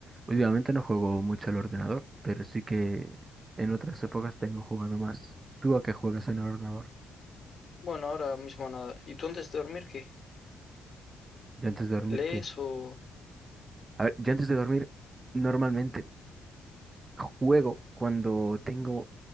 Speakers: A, on the right (about 30°); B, on the left (about 45°).
A: Últimamente no juego mucho al ordenador, pero sí que en otras épocas tengo jugado más. ¿Tú a qué juegas en el ordenador?
B: Bueno, ahora mismo nada. ¿Y tú antes de dormir qué?
A: Yo antes de dormir,
B: ¿Lees
A: ¿qué?
B: o
A: A ver, yo antes de dormir, normalmente Juego cuando tengo